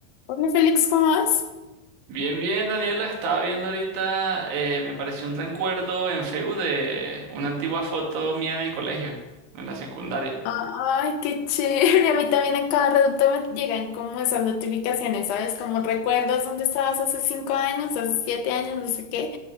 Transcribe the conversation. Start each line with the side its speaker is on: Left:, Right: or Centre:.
Left: Hola Félix, ¿cómo vas?
Right: Bien, bien, Daniela. Estaba viendo ahorita, eh, me apareció un recuerdo en Facebook de una antigua foto mía en el colegio, en la secundaria.
Left: Ay, qué chévere. <laughs> A mí también a cada rato me llegan como esas notificaciones, ¿sabes? Como recuerdas dónde estabas hace cinco años, hace siete años, no sé qué.